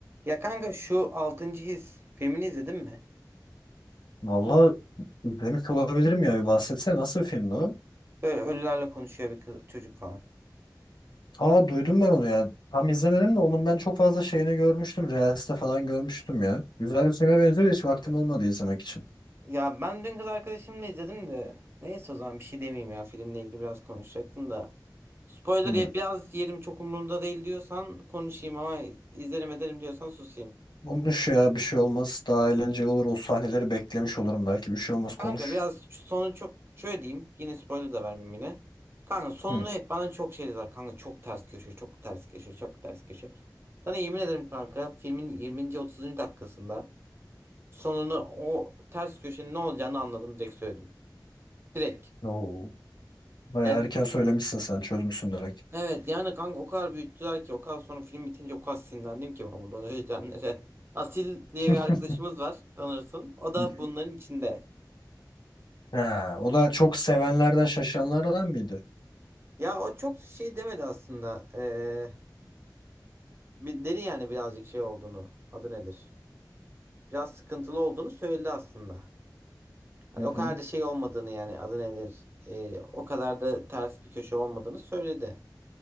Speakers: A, on the right (about 35°); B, on the left (about 80°).
A: Ya kanka şu altıncı His filmini izledin mi?
B: Vallahi demiş olabilirim ya bir bahsetsene nasıl bir filmdi o?
A: Böyle ölülerle konuşuyor bir kız, çocuk falan.
B: Aa duydum ben onu ya. Tam izlemedim de onun ben çok fazla şeyini görmüştüm. Reels'te falan görmüştüm ya. Güzel bir filme benziyor da hiç vaktim olmadı izlemek için.
A: Ya ben dün kız arkadaşımla izledim de. Neyse o zaman bir şey demeyeyim ya filmle ilgili biraz konuşacaktım da. Spoiler
B: Hmm.
A: ye- biraz yerim çok umurumda değil diyorsan konuşayım ama izlerim ederim diyorsan susayım.
B: Konuş ya bir şey olmaz. Daha eğlenceli olur. O sahneleri beklemiş olurum belki. Bir şey olmaz konuş.
A: Kanka biraz ç- sonu çok şöyle diyeyim yine spoiler da vermeyeyim yine. Kanka sonunu
B: Hmm.
A: hep bana çok şey dediler kanka çok ters köşe çok ters köşe çok ters köşe. Sana yemin ederim kanka filmin 20. 30. dakikasında. Sonunu o ters köşenin ne olacağını anladım direkt söyledim. Direkt.
B: Oo. Bayağı
A: Yani
B: erken söylemişsin sen. Çözmüşsün direkt.
A: evet yani kanka o kadar büyüttüler ki o kadar sonra film bitince o kadar sinirlendim ki ben bundan heyecanlara. Asil diye
B: Hı
A: bir arkadaşımız var tanırsın. O da
B: hı. <laughs>
A: bunların içinde.
B: Ha, o da çok sevenlerden şaşanlardan mıydı?
A: Ya o çok şey demedi aslında. Ee, bir- dedi yani birazcık şey olduğunu. Adı nedir? Biraz sıkıntılı olduğunu söyledi aslında. Hani
B: Hı
A: o
B: hı.
A: kadar da şey olmadığını yani adı nedir? Ee, o kadar da ters bir köşe olmadığını söyledi.